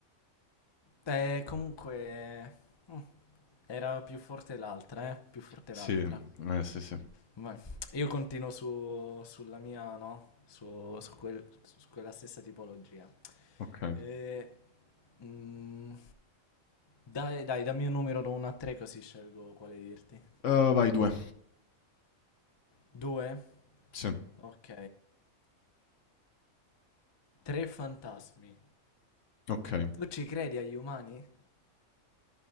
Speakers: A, on the left; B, on the left.
A: Eh, comunque, mm, era più forte l'altra, eh? Più forte
B: Sì,
A: l'altra.
B: eh, sì, sì.
A: Ma io continuo su, sulla mia, no? Su, su quel- su quella stessa tipologia.
B: Okay.
A: E, mm, dai, dai, dammi un numero da 1 a 3 così scelgo quale dirti.
B: Uhm, vai 2.
A: 2?
B: Sì,
A: Ok. Tre fantasmi.
B: okay.
A: Tu ci credi agli umani?